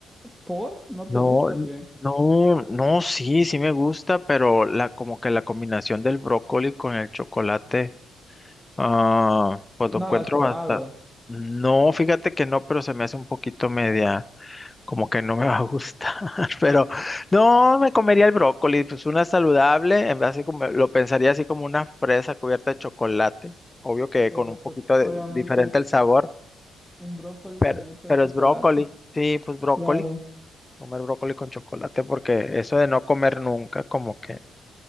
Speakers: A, in the centre; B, on the left.
A: ¿Por? ¿No
B: No,
A: te gusta
B: n-
A: o qué?
B: no, no, sí, sí me gusta, pero la como que la combinación del brócoli con el chocolate. Ah, pues
A: No
B: lo encuentro
A: lo has probado.
B: bastante. No, fíjate que no, pero se me hace un poquito media, como que no me <laughs> va a gustar. <laughs> Pero no, me comería el brócoli, pues una saludable, en vez así como lo pensaría así como una fresa cubierta de chocolate. Obvio que
A: Pero
B: con un poquito
A: pues obviamente
B: de- diferente
A: es
B: el sabor,
A: un brócoli
B: pero,
A: cubierto
B: pero
A: de chocolate.
B: es brócoli. Sí, pues brócoli,
A: Claro.
B: comer brócoli con chocolate, porque eso de no comer nunca, como que,